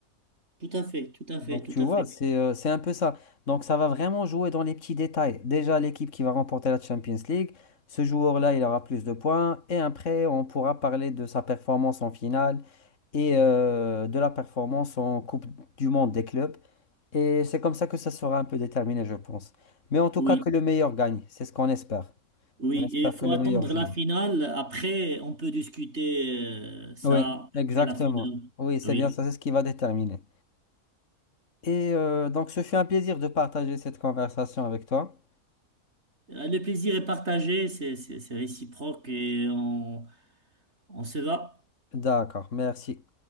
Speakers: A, on the right; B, on the left.
A: Tout à fait, tout à fait,
B: Donc
A: tout
B: tu vois,
A: à fait.
B: c'est euh, c'est un peu ça. Donc ça va vraiment jouer dans les petits détails. Déjà, l'équipe qui va remporter la Champions League, ce joueur-là, il aura plus de points. Et après, on pourra parler de sa performance en finale et euh, de la performance en Coupe du Monde des clubs. Et c'est comme ça que ça sera un peu déterminé, je pense. Mais en tout
A: Oui,
B: cas, que le meilleur gagne. C'est ce qu'on espère.
A: oui.
B: On espère
A: Et il faut
B: que le
A: attendre
B: meilleur joue.
A: la finale. Après, on peut discuter euh, ça
B: Oui, exactement.
A: après la finale.
B: Oui, c'est
A: Oui.
B: bien ça, c'est ce qui va déterminer. Et euh, donc, ce fut un plaisir de partager cette conversation avec toi.
A: Euh, Le plaisir est partagé, c'est c'est- c'est réciproque et on, on se va.
B: D'accord, merci.